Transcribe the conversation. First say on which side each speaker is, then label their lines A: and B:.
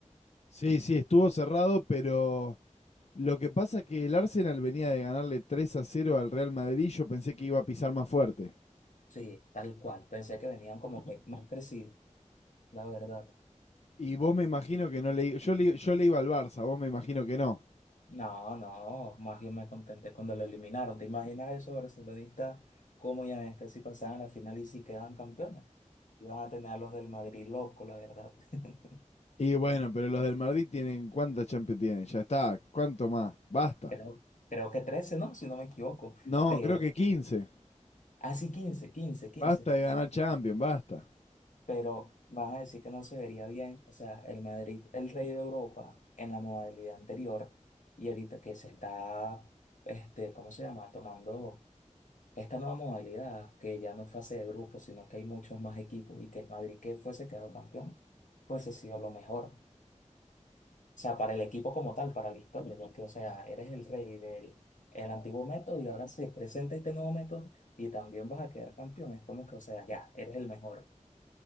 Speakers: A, on the left; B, on the left.
A: Sí, sí, estuvo cerrado, pero lo que pasa es que el Arsenal venía de ganarle 3 a cero al Real Madrid, yo pensé que iba a pisar más fuerte.
B: Sí, tal cual. Pensé que venían como que más crecidos, la verdad.
A: Y vos me imagino que no le... Yo le, yo le iba al Barça, vos me imagino que no.
B: No, no, más bien me contenté cuando lo eliminaron. ¿Te imaginas eso, barcelonistas, cómo ya este si pasaban la final y si quedaban campeones? Iban a tener a los del Madrid loco, la verdad. <laughs>
A: Y bueno, pero los del Madrid tienen... ¿Cuántas Champions tienen? Ya está, ¿cuánto más? Basta.
B: Creo, creo que trece ¿no? Si no me equivoco.
A: No,
B: Pero,
A: creo que 15.
B: así 15 15 quince
A: Basta de ganar Champions, basta.
B: Pero vas a decir que no se vería bien. O sea, el Madrid, el rey de Europa en la modalidad anterior y ahorita que se está, este, ¿cómo se llama? Tomando esta nueva modalidad, que ya no es fase de grupo, sino que hay muchos más equipos y que el Madrid que fuese quedado campeón, fuese sido lo mejor. O sea, para el equipo como tal, para la historia, ya que, o sea, eres el rey del el antiguo método y ahora se presenta este nuevo método y también vas a quedar campeón. Es como que, o sea, ya, eres el mejor.